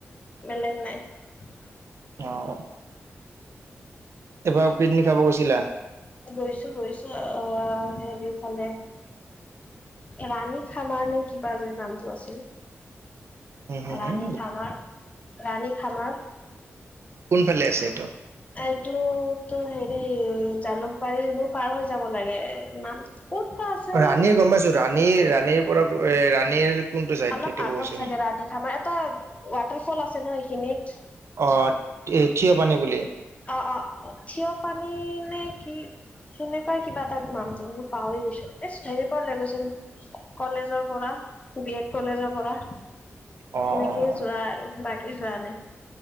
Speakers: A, on the left; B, on the right.
A: বেলেগ নাই।
B: অহ। এবাৰ পিকনিক খাব গৈছিলা।
A: গৈছোঁ গৈছোঁ অহ হেৰিৰ ফালে। ৰাণী খামানে কিবাযে নামটো আছিল।
B: হুম হুম
A: ৰাণী
B: হুম
A: খামাৰ, ৰাণী খামাৰ।
B: কোনফালে আছে এইটো?
A: এইতো তো হেৰি জালুকবাৰী এইবোৰ পাৰ হৈ যাব লাগে। নাম ক'ত বা আছে
B: ৰাণীৰ গম পাইছোঁ ৰাণীৰ, ৰাণীৰ পৰা এ ৰাণীৰ কোনটো চাইড
A: অলপ
B: সেইটো
A: আগত
B: কৈছে
A: চাগে
B: মোক।
A: ৰাণী খামাৰ এটা ৱাটাৰফল আছে ন' এইখিনিত।
B: অহ, থিয়া পানী বুলি।
A: অহ', অহ' থিয় পানী নে কি সেনেকুৱাই কিবা এটা নামটো মই পাহৰি গৈছোঁ। এই হেৰি পৰা লৈ গৈছিল কলেজৰ পৰা। বি এড কলেজৰ পৰা।
B: অ
A: এনেকেই
B: অ অ
A: যোৱা আৰু বাকী যোৱা নাই